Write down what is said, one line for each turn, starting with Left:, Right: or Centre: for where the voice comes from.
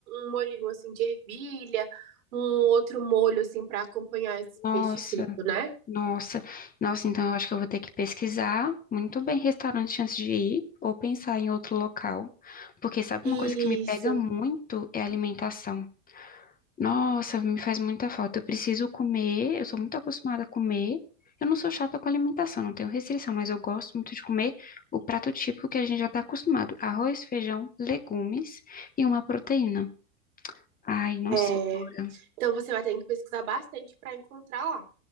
Right: um molhinho assim de ervilha, um outro molho assim para acompanhar esse
Left: Nossa,
Right: peixe frito, né?
Left: nossa. Nossa, então eu acho que eu vou ter que pesquisar muito bem restaurante antes de ir ou pensar em outro local. Porque sabe
Right: Isso.
Left: uma coisa que me pega muito é a alimentação. Nossa, me faz muita falta. Eu preciso comer, eu sou muito acostumada a comer. Eu não sou chata com alimentação, não tenho restrição, mas eu gosto muito de comer o prato típico que a gente já está acostumado: arroz, feijão, legumes e uma proteína. Ai, não
Right: É.
Left: sei agora.
Right: Então você vai ter que pesquisar bastante para encontrar lá.